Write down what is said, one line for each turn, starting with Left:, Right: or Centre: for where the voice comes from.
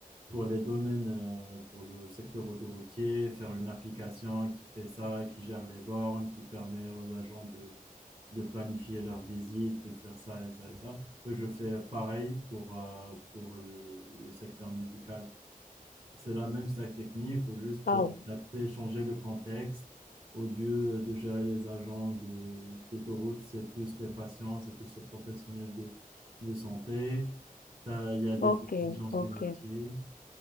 Right: pour les domaines, euh, pour le secteur autoroutier, faire une application qui fait ça, qui gère les bornes, qui permet aux agents de, de planifier leurs visites, de faire ça et ça et ça. Je fais pareil pour, euh, pour le, le secteur médical. C'est la même stack technique, il faut juste
Left: Oh,
Right: euh, adapter, changer le contexte. Au lieu de gérer les agents de, d'autoroute, c'est plus les patients, c'est plus les professionnels de, de santé. T'as- Il y a des
Left: ok,
Right: exigences
Left: ok.
Right: du métier.